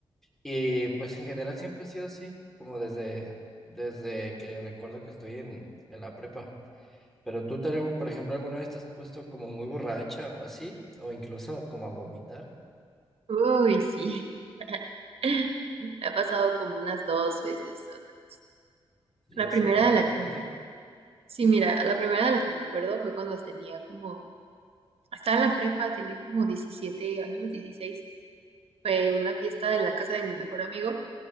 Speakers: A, in the centre; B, on the right.
A: Y pues en general siempre ha sido así, como desde, desde que recuerdo que estoy en, en la prepa. Pero tú, tal- por ejemplo, alguna vez te has puesto como muy borracha o así, o incluso como a vomitar.
B: Uy, sí. <laughs> Me ha pasado como unas dos veces o tres.
A: Y
B: La
A: eso,
B: primera
A: a ver,
B: de la
A: a ver,
B: que
A: cuenta.
B: me Sí, mira, la primera de la que me acuerdo fue cuando tenía como, estaba en la prepa, tenía como 17 años, 16. Fue una fiesta en la casa de mi mejor amigo.